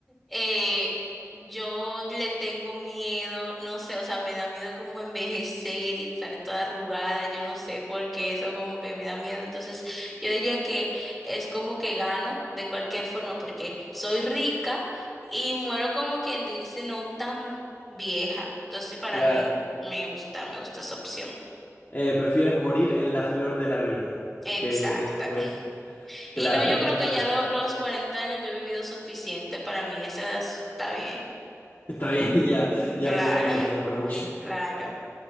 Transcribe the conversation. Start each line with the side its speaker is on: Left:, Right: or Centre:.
Centre: Eh, yo le tengo miedo, no sé, o sea, me da miedo como envejecer y estar toda arrugada, yo no sé por qué eso como que me da miedo. Entonces, yo diría que es como que gano de cualquier forma porque soy rica y muero como quien dice no tan vieja. Entonces, para
Left: Claro.
Centre: mí me gusta, me gusta esa opción.
Left: Eh, prefieres morir en la flor de la vida
Centre: Exacta.
Left: que después.
Centre: <laughs>
Left: Claro,
Centre: Y no, yo
Left: y con
Centre: creo que
Left: to-
Centre: ya lo- los 40 años yo he vivido suficiente, para mí esa edad está bien.
Left: Está bien, <laughs> ya, ya
Centre: Claro,
Left: fue mucho, ya fue mucho.
Centre: <laughs> claro.